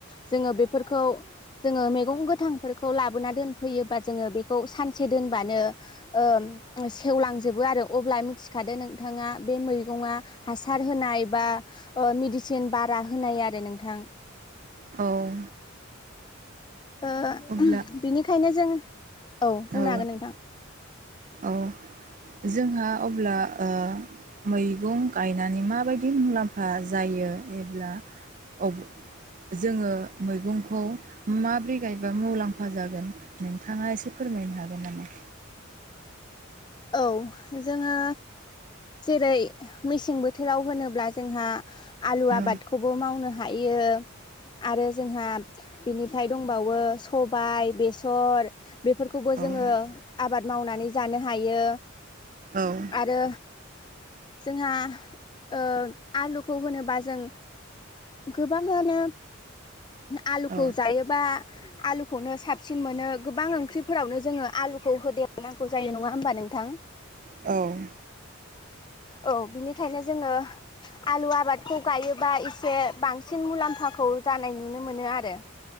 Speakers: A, on the left (about 20°); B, on the right (about 40°).
A: जोङो बेफोरखौ जोङो मैगं गोथांफोरखौ लाबोना दोनफैयोबा जोङो बेखौ सानसे दोनबानो ओ सेवलां जोबो बो आरो अब्ला मिथिखादो नोंथाङा बे मैगंआ हार होनाय बा ओ मदिसिन सिन बारा होनाय आरो नोंथां
B: औ
A: ओ
B: अब्ला
A: बिनिखायनो जों औ बुंनो
B: औ
A: हागोन नोंथां
B: औ जोंहा अब्ला ओ मैगं गायनानै माबायदि मुलाम्फा जायो एब्ला अब जोङो मैगंखौ माबोरै गायबा मुलाम्फा जागोन नोंथाङा एसे फोर फोरमायनो हागोन नामा?
A: औ जोङो जेरै मेसें बोथोराव होनोब्ला जोंहा आलु
B: औ
A: आबादखौबो मावनो हायो यो आरो जोंहा बिनिफ्राय दंबावो सबाय बेसर बेफोरखौबो जोङो
B: औ उम
A: आबाद मावनानै जानो हायो
B: औ औ
A: आरो जोंहा ओ आलुखौ होनोबा जों गोबांङानो आलुखौ
B: औ
A: जायोबा आलुखौनो साबसिन मोनो गोबां ओंख्रिफोरावनो जोङो आ लुखौ होदेरनांगौ जायो नङा होमबा नोंथां
B: औ
A: औ बिनिखायनो जोङो आलु आबादखौ गायोबा एसे बांसिन मुलाम्फाखौ जानाय नु नुनो मोनो आरो